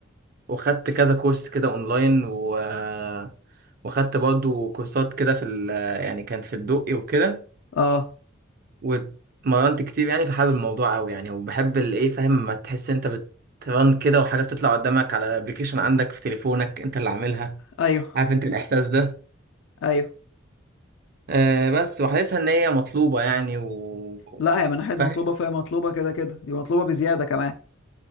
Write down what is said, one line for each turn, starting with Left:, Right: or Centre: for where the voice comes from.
Right: وخدت كذا كورس كده أونلاين و... آه، وخدت برضو كورسات كده في ال... آه، يعني كانت في الدقي وكده
Left: اه
Right: واتمرنت كتير يعني فحابب الموضوع قوي يعني وبحب الايه فاهم ما تحس انت بترن كده وحاجه بتطلع قدامك على الابليكيشن عندك في تليفونك انت اللي عاملها
Left: ايوه
Right: عارف انت الاحساس ده
Left: ايوه
Right: آه بس وحاسسها ان هي مطلوبه يعني و
Left: لا هي من ناحيه مطلوبه
Right: فاهم
Left: فهي مطلوبه كده كده دي مطلوبه بزياده كمان